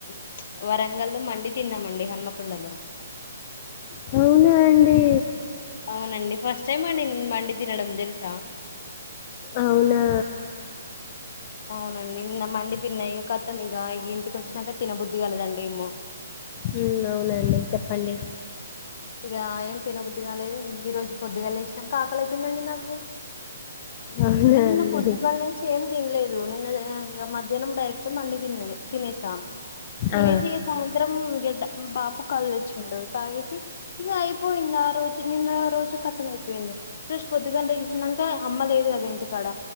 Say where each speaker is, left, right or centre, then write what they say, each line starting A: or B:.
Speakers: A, on the left (about 50°); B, on the left (about 35°).
A: ప్చ్ వరంగల్లు మండి తిన్నామండి. హన్మకొండలో
B: హ అవునా అండి
A: అవునండి ఫస్ట్ టైం అండి నేను మండి తినడం తెలుసా
B: అవునా
A: అవునండి నిన్న మండి తిన్నా ఇగ కతం ఇగ ఇంటికి వచ్చినాక తినబుద్ధి కాలేదండి ఏమో
B: మ్మ్ అవునండి చెప్పండి
A: ఇగ ఏం తినబుద్దిి కాలేదు, ఈ రోజు పొద్దుగాలేసినంక ఆకలైతుందండి నాకు
B: అవునా
A: అంటే నిన్న
B: అండి
A: పొద్దుగాల్ నుంచి ఏం తిన్లేదు నిన్న ఆ ఇంగ మధ్యాహ్నం డైరెక్ట్ మండి తిన్నా నే తినేసా తినేసి
B: ఆ!
A: ఇగ సాయంత్రం గెడ్డ బాపు కళ్ తెచ్చిండు. తాగేసి ఇగ ఐపోయింది. ఆ రోజు నిన్న రోజు కథమైపోయింది. ఫ్రెష్ పొద్దుగాల లేగిసినంక అమ్మలేదు కద్ జే ఇంటికాడ